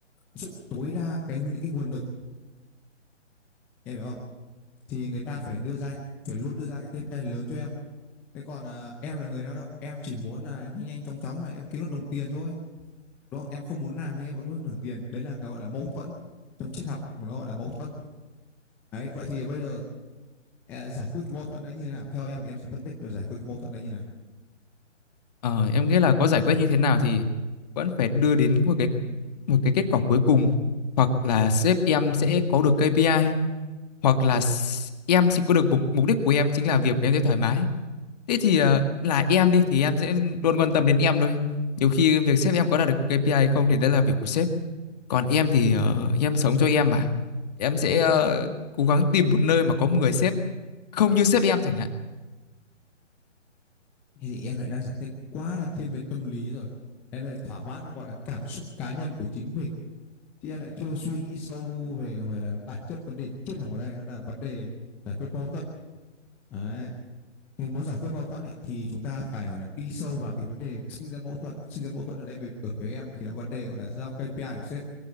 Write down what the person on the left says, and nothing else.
Ờ, em nghĩ là có giải quyết như thế nào thì vẫn phải đưa đến một cái một cái kết quả cuối cùng hoặc là sếp em sẽ có được KPI hoặc là s- em thì có được mục mục đích của em chính là việc em thấy thoải mái thế thì ờ, là em đi thì em sẽ luôn quan tâm đến em thôi nhiều khi việc sếp em có đạt được KPI hay không thì đấy là việc của sếp còn em thì ờ, em sống cho em mà em sẽ ờ, cố gắng tìm một nơi mà có một người sếp không như sếp em chẳng hạn